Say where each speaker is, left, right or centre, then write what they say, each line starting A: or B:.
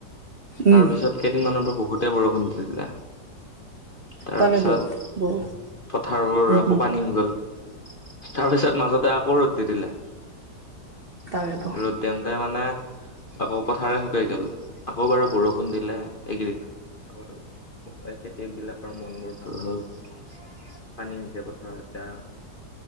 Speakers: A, on the right; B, on the left.
A: উম
B: তাৰপিছত <inaudible> কেইদিনমানৰ পৰা বহুতে বৰষুণ দিছিলে। <unintelligible> তাৰপিছত
A: তাকেতো বৰ
B: পথাৰবোৰ
A: উম
B: আকৌ
A: উম
B: পানী হৈ গ'ল। <unintelligible> তাৰপিছত মাজতে আকৌ ৰ'দ দি দিলে। <unintelligible>
A: তাকেতো
B: ৰ'দ দিওঁতে মানে <unintelligible> আকৌ পথাৰে শুকাই গ'ল। আকৌ বাৰু বৰষুণ দিলে এইকেইদিনত। <unintelligible> খেতিয়কবিলাকৰ মনবোৰ ভাল হ'ল। <unintelligible> পানী হৈছে পথাৰত এতিয়া। <unintelligible>